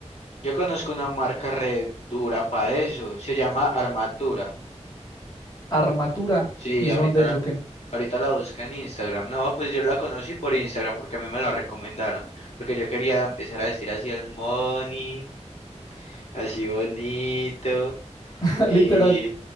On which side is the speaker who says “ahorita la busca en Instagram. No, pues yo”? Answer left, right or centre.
Left